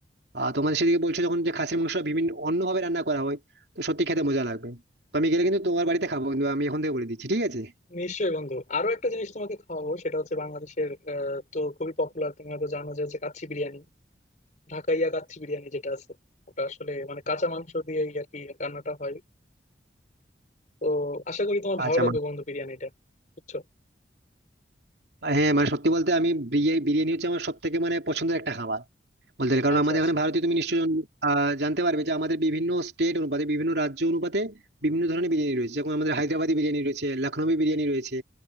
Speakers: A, on the right (about 70°); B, on the left (about 45°).
A: আর তোমাদের সেদিকে বলছো যখন যে খাসির মাংস বিভিন্ন অন্যভাবে রান্না করা হয় তো সত্যি খেতে মজা লাগবে তো আমি গেলে কিন্তু তোমার বাড়িতে খাবো কিন্তু আমি এখন থেকে বলে দিচ্ছি ঠিক আছে
B: নিশ্চয়ই বন্ধু আরো একটা জিনিস তোমাকে খাওয়াবো সেটা হচ্ছে বাংলাদেশের আহ, তো খুবই পপুলার তুমি হয়তো জানো যে হচ্ছে কাচ্চি বিরিয়ানি ঢাকাইয়া কাচ্চি বিরিয়ানি যেটা আছে ওটা আসলে মানে কাঁচা মাংস দিয়েই আর কি রান্নাটা হয় তো আশা করি তোমার ভালো
A: আচ্ছা
B: লাগবে বন্ধু বিরিয়ানিটা বুঝছো
A: আর হ্যাঁ মানে সত্যি বলতে আমি বিরিয়ানি বিরিয়ানি হচ্ছে আমার সব থেকে মানে পছন্দের একটা খাবার বলতে গেলে কারণ
B: আচ্ছা
A: আমাদের
B: আচ্ছা
A: এখানে ভারতীয় তুমি নিশ্চয়ই জন- আহ, জানতে পারবে যে আমাদের বিভিন্ন স্টেট অনুপাতে বিভিন্ন রাজ্য অনুপাতে বিভিন্ন ধরনের বিরিয়ানি রয়েছে যেমন আমাদের হায়দ্রাবাদি বিরিয়ানি রয়েছে লখনৌই বিরিয়ানি রয়েছে